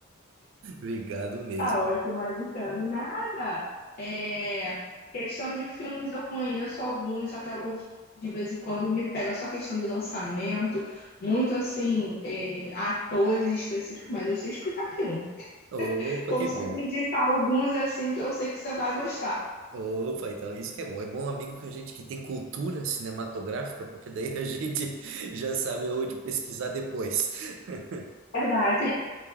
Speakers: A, on the right; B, on the left.
A: <laughs> Obrigado mesmo.
B: Tá ótimo, Alexandre. Nada. É, questão de filmes, eu conheço alguns, só que eu, de vez em quando me pega só questão de lançamento, muito assim, é, atores específicos, mas eu sei explicar filme.
A: Opa,
B: Consigo
A: que bom.
B: indicar alguns assim que eu sei que você vai gostar.
A: Opa, então isso que é bom. É bom amigo com a gente que tem cultura cinematográfica, porque daí a gente <laughs> já sabe onde pesquisar depois. <laughs>
B: Verdade.